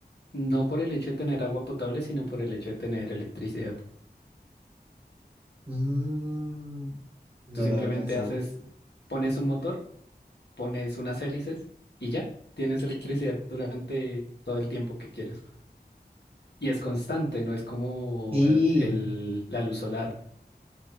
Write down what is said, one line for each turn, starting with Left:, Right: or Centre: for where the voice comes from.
Left: No por el hecho de tener agua potable, sino por el hecho de tener electricidad.
Right: Mm, no
Left: Tú simplemente
Right: lo había pensado.
Left: haces, pones un motor, pones unas hélices y ya, tienes electricidad durante todo el tiempo que quieres. Y es constante, no es como
Right: Sí,
Left: el, el- la luz solar.